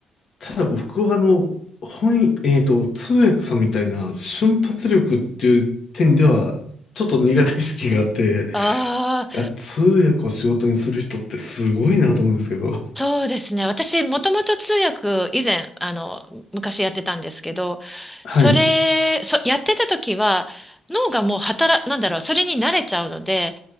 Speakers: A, on the left; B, in the centre.
A: ただ僕はあの、翻、えっと、通訳さんみたいな瞬発力っていう点では、ちょっと苦手意識があって、
B: ああ。
A: いや、通訳を仕事にする人ってすごいなと思うんですけど。
B: そうですね。私、もともと通訳、以前、あの、昔やってたんですけど、
A: はい。
B: それ、そ、やってた時は、脳がもう働、なんだろう、それに慣れちゃうので、